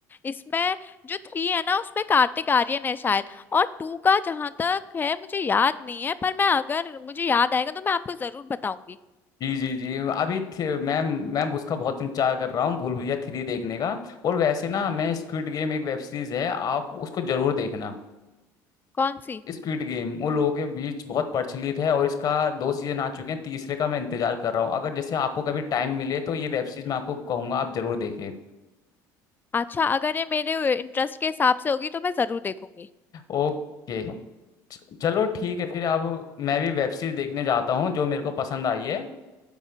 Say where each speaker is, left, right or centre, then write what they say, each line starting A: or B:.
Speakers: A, on the left (about 25°); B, on the left (about 50°).
A: इसमें जो थ्री है ना उसमें कार्तिक आर्यन है शायद और टू का जहां तक है मुझे याद नहीं है पर मैं अगर मुझे याद आएगा तो मैं आपको जरूर बताऊंगी
B: जी जी जी अभी थे- मैं मैं उसका बहुत इंतजार कर रहा हूँ भूल भुलैया थ्री देखने का और वैसे ना मैं स्क्विड गेम एक वेब सीरीज है आप उसको जरूर देखना
A: कौन सी
B: स्क्विड गेम वो लोगों के बीच बहुत प्रचलित है और इसका दो सीजन आ चुके हैं तीसरे का मैं इंतजार कर रहा हूँ अगर जैसे आपको कभी टाइम मिले तो ये वेब सीरीज मैं आपको कहूंगा आप जरूर देखें
A: अच्छा अगर ये मेरे इंटरेस्ट के हिसाब से होगी तो मैं जरूर देखूंगी
B: ओके च- चलो ठीक है फिर अब मैं भी वेब सीरीज देखने जाता हूँ जो मेरे को पसंद आई है